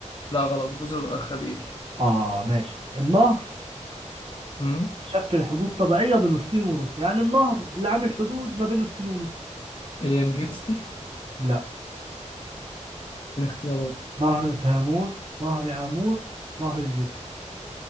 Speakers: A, on the left; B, on the right.
A: لا غلط جزر الأرخبيل
B: اه ماشي النهر
A: امم
B: شكل حدود طبيعية بين الصين وروسيا يعني النهر اللي عامل حدود ما بين الصين وروسيا
A: اليانجستي
B: لا
A: اديني اختيارات
B: نهر تيمور نهر امور نهر اليوسف